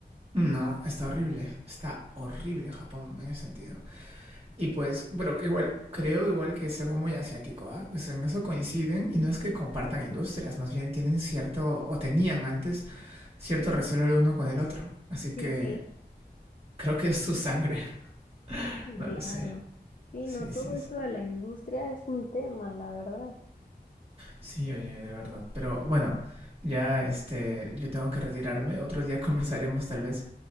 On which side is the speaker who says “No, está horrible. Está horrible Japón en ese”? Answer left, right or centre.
Right